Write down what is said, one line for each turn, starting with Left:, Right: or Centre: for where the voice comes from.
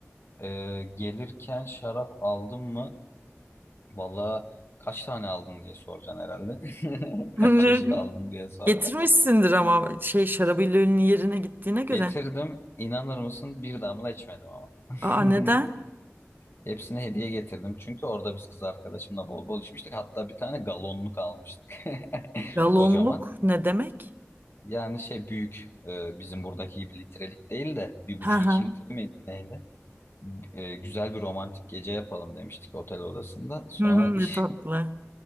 Left: E, gelirken şarap aldın mı? Valla kaç tane aldın diye soracaksın herhalde. <laughs>
Right: <laughs>
Left: Kaç çeşit aldın diye soracaksın.
Right: Getirmişsindir ama şey şarabillolinin yerine gittiğine göre.
Left: Getirdim. İnanır mısın? Bir damla içmedim ama.
Right: Aa neden?
Left: <laughs> Hepsine hediye getirdim. Çünkü orada biz kız arkadaşımla bol bol içmiştik. Hatta bir tane galonluk almıştık. <laughs>
Right: Galonluk
Left: Kocaman.
Right: ne demek?
Left: Yani şey büyük. E, bizim buradaki gibi litrelik değil de bir buçuk
Right: Hı hı.
Left: iki litre miydi neydi? e, güzel bir romantik gece yapalım demiştik otel odasında. Sonra
Right: Hı hı,
Left: iş
Right: Ne tatlı.